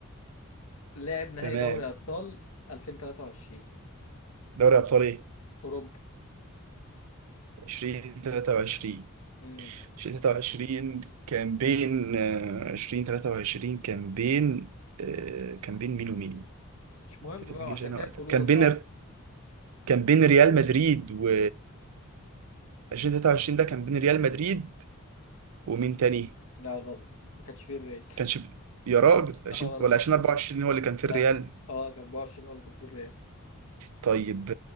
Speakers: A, on the left; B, on the right.
A: لاعب نهائي
B: تمام
A: دوري ابطال 2023
B: دوري ابطال ايه
A: اوروبا
B: 2023
A: امم
B: 2023 كان بين آه، 2023 كان بين آه، كان بين مين ومين
A: مش مهم
B: تفكرنيش
A: بقى عشان
B: انا
A: كده
B: وقتها
A: الكلو
B: كان
A: ده صح
B: بين كان بين ريال مدريد و 2023 ده كان بين ريال مدريد ومين تاني
A: لا غلط ما كانش فيه الريال
B: كانش يا راجل 20
A: <laughs> اه والله
B: ولا 2024 هو اللي كان في
A: لا
B: الريال
A: اه كان 24 هو اللي كان في الريال
B: طيب